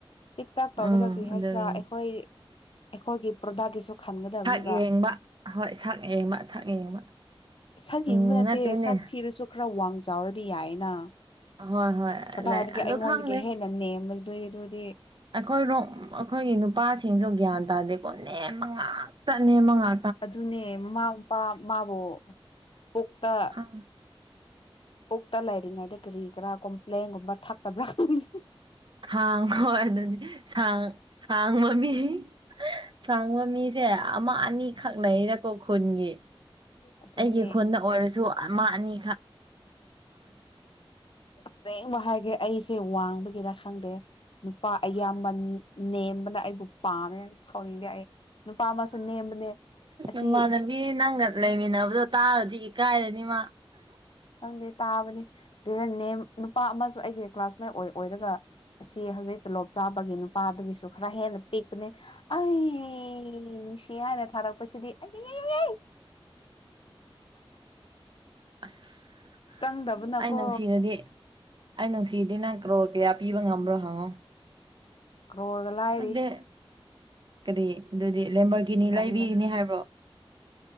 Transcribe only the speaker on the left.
ꯄꯤꯛ ꯇꯛ ꯇꯧꯔꯒ
ꯀ꯭ꯔꯤ
ꯍꯥꯏꯁꯤꯔꯥ ꯑꯩꯈꯣꯏ ꯑꯩꯈꯣꯏꯒꯤ ꯄ꯭ꯔꯗꯛꯀꯤꯁꯨ ꯈꯟꯒꯗꯕꯅꯦꯕ
ꯁꯛ
ꯌꯦꯡꯕ ꯅꯠꯇꯦ
ꯁꯛ ꯊꯤꯔꯁꯨ ꯈꯔ ꯋꯥꯡ ꯆꯥꯎꯔꯗꯤ ꯌꯥꯏꯌꯦꯅ
ꯀꯗꯥꯏꯗꯒꯤ
ꯑꯩꯉꯣꯟꯗꯒꯤ
ꯍꯦꯟꯅ ꯅꯦꯝꯕꯗꯨꯗꯤ ꯑꯗꯨꯗꯤ
ꯑꯗꯨꯅꯦ ꯃꯃꯥ ꯃꯄꯥ ꯃꯥꯕꯨꯣ ꯄꯨꯛꯇꯥ
ꯄꯨꯛꯇ ꯂꯩꯔꯤꯉꯩꯗ ꯀꯔꯤ ꯀꯔꯥ ꯀꯣꯝꯄ꯭ꯂꯦꯟꯒꯨꯝꯕ ꯊꯛꯇꯕ꯭ꯔꯥ ꯈꯪꯗꯦ
ꯑꯗꯨꯅꯦ
ꯑꯁꯦꯡꯕ ꯍꯥꯏꯒꯦ ꯑꯩꯁꯦ ꯋꯥꯡꯕꯒꯤꯔ ꯈꯪꯗꯦ ꯅꯨꯄꯥ ꯑꯌꯥꯝꯕꯟ ꯅꯦꯝꯕꯅ ꯑꯩꯕꯨ ꯄꯥꯝꯃꯦ ꯁꯥꯎꯅꯤꯡꯉꯦ ꯑꯩ ꯅꯨꯄꯥ ꯑꯃꯁꯨ ꯅꯦꯝꯕꯅꯦ ꯑꯁꯤ
ꯈꯪꯗꯦ ꯇꯥꯕꯅꯦ ꯑꯗꯨꯅ ꯅꯦꯝ ꯅꯨꯄꯥ ꯑꯃꯁꯨ ꯑꯩꯒꯤ ꯀ꯭ꯂꯥꯁꯃꯦꯠ ꯑꯣꯏ ꯑꯣꯏꯔꯒ ꯑꯁꯤ ꯍꯧꯖꯤꯛ ꯇꯣꯂꯣꯞ ꯆꯥꯕꯒꯤ ꯅꯨꯄꯥꯗꯒꯤꯁꯨ ꯈꯔ ꯍꯦꯟꯅ ꯄꯤꯛꯄꯅꯦ ꯑꯩ ꯅꯨꯡꯁꯤ ꯍꯥꯏꯅ ꯊꯥꯔꯛꯄꯁꯤꯗꯤ ꯑꯩ
ꯆꯪꯗꯕꯅꯀꯣ
ꯀꯔꯣꯔꯒ ꯂꯥꯏꯔꯤ꯫
ꯇꯜꯂꯦ